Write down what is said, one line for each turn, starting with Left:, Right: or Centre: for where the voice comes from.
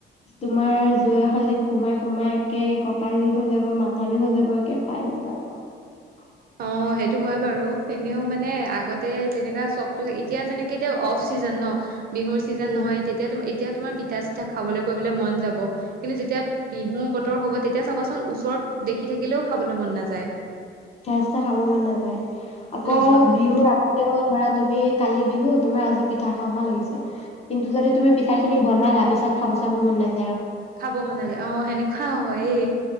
Left: তোমাৰ জুইশালীত সোমাই সোমাই একে কঁকাল বিষ হৈ যাব মাথা বিষ হৈ যাব একে পাই যাবা আৰু।
Right: অ সেইটো হয় বাৰু এনেও মানে আগতে তেনেককা চক এতিয়া যেনেকে এতি অফ চিজন ন। বিহুৰ ছিজন
Left: উম
Right: নহয় তেতিয়া ত এতিও তোমাৰ পিঠা। পঠা খাবলৈ কৰিবলৈ মন যাব। কিন্তু যেতিয়া বিহু বতৰ। হ'ব তেতিয়া চাবাচোন ওচৰত দেখি থাকিলেও খাবলৈ মন নাযায়
Left: সচা খাব মান নালযায় আকৌ
Right: নোযোৱা হৈ
Left: বিহুৰ
Right: যায়
Left: আগতেও ধৰা তুমি কালি বিহু তোমাৰ আজি পিঠা খাওঁ হা লাগিছে কিন্ত যদি তুমি পিঠা খিনি বনাই লা পিছত খাব চাব মন নাইযায়।
Right: খাব মান যে অ সেনেকুৱা হয় এ